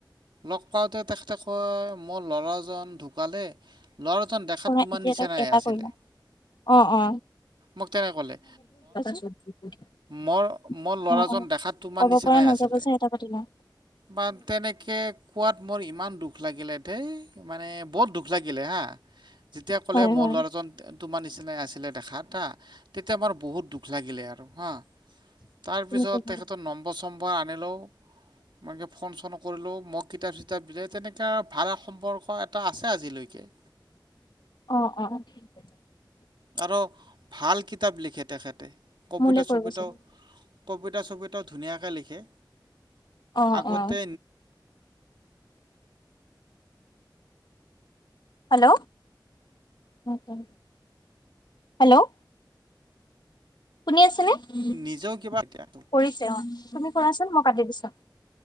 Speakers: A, on the right; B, on the left.
A: লগ পাওঁতে তেখেতে কয় মোৰ লৰাজন ঢুকালে। ল'ৰাজন দেখাত
B: কৰা
A: তোমাৰ
B: এতিয়া
A: নিচিনাই
B: এটা এটা
A: আছিলে।
B: কৰি লওঁ। অ অ।
A: মোক তেনেকে কলে।
B: অ-অ
A: মোৰ মোৰ ল'ৰাজন দেখাত তোমাৰ
B: ক'ব
A: নিচিনাই
B: পৰা নাযাব
A: আছিলে
B: যে এটা পাতি লও।
A: বা তেনেকে কোৱাত মোৰ ইমান দুখ। দুখ লাগিলে ধেই মানে বহুত দুখ লাগিলে হা যেতিয়া ক'লে
B: হয়
A: মোৰ
B: হয়।
A: ল'ৰাজন তোমাৰ নিচিনাই আছিলে দেখাত হা, তেতিয়া মোৰ বহুত দুখ লাগিলে আৰু হা। তাৰপিছত
B: তুমি ক'ব
A: তেখেতৰ
B: লাগে।
A: নম্বৰ চম্্বৰ আনিলো। তেনেকে ফোন চোন কৰিলো মোক কিতাপ চিতাপ দিলে তেনেকে ভাল সম্পৰ্ক এটা আছে আজিলৈকে। <inaudible>
B: অ' অ' ঠিক আছে।
A: আৰু ভাল কিতাপ লিখে তেখেতে, কবিতা
B: মোলে কৰিব
A: চবিতাও
B: চাগে।
A: কবিতা চবিতাও ধুনীয়াকে লিখে।
B: অ'
A: আগতে
B: অ'। হেল্ল, ' হেল্ল' শুনি আছেনে কৰিছে
A: নিজেও কিবা এতিয়া
B: অ' তুমি কৰাচোন মই কাটি দিছো।